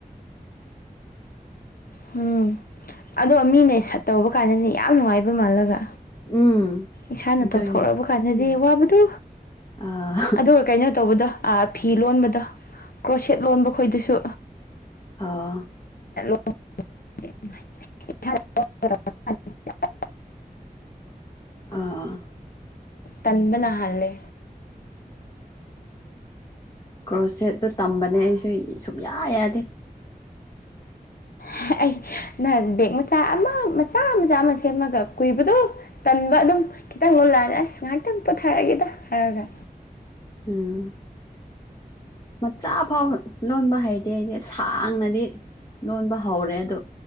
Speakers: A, on the left; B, on the left.
A: <inaudible> ꯎꯝ ꯑꯗꯣ ꯃꯤꯅ ꯁꯠꯇꯧꯕ ꯀꯥꯟꯗꯗꯤ ꯌꯥꯝ ꯅꯨꯡꯉꯥꯏꯕ ꯃꯥꯜꯂꯒ
B: ꯎꯝ
A: ꯏꯁꯥꯅ
B: ꯑꯗꯨꯅꯤ
A: ꯇꯧꯊꯣꯔꯛꯑꯕ ꯀꯥꯟꯗꯗꯤ ꯋꯥꯕꯗꯨ
B: ꯑꯥ
A: ꯑꯗꯨꯒ ꯀꯩꯅꯣ ꯇꯧꯕꯗꯣ ꯐꯤ ꯂꯣꯟꯕꯗ ꯀ꯭ꯔꯣꯁꯦꯠ ꯂꯣꯟꯕ ꯈꯣꯏꯗꯁꯨ
B: ꯑ
A: <inaudible>
B: ꯑꯥ
A: ꯇꯟꯗꯅꯍꯂꯦ
B: ꯀ꯭ꯔꯣ ꯁꯦꯠꯇꯨ ꯇꯝꯕꯅꯦ ꯑꯩꯁꯨ ꯁꯨꯡꯌꯥ ꯌꯥꯗꯦ
A: ꯎꯝ ꯑꯩ ꯅ ꯕꯦꯛ ꯃꯆꯥ ꯑꯃ ꯃꯆꯥ ꯃꯆꯥ ꯑꯃ ꯁꯦꯝꯃꯒ ꯀꯨꯏꯕꯗꯨ ꯇꯟꯕ ꯑꯗꯨꯝ ꯈꯤꯇꯪ ꯂꯣꯜꯂꯛꯑꯅꯤ ꯑꯁ ꯉꯥꯏꯍꯥꯛꯇꯪ ꯄꯣꯊꯥꯔꯛꯒꯦꯗ ꯍꯥꯏꯔꯒ
B: ꯎꯝ ꯃꯆꯥ ꯐꯥꯎ ꯂꯣꯟꯕ ꯍꯥꯏꯩꯗꯤ ꯑꯩꯗꯤ ꯁꯥꯡꯅꯗꯤ ꯂꯣꯟꯕ ꯍꯧꯔꯦ ꯑꯗ